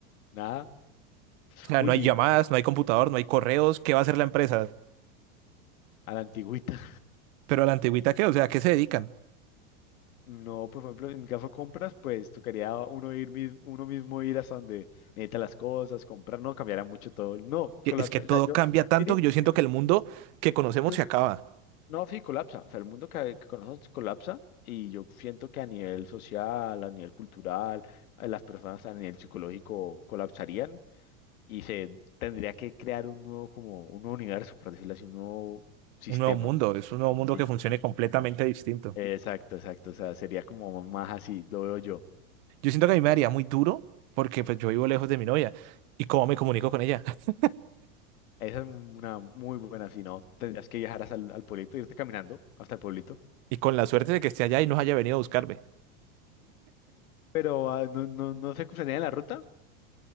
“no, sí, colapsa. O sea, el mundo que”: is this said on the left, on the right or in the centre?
Left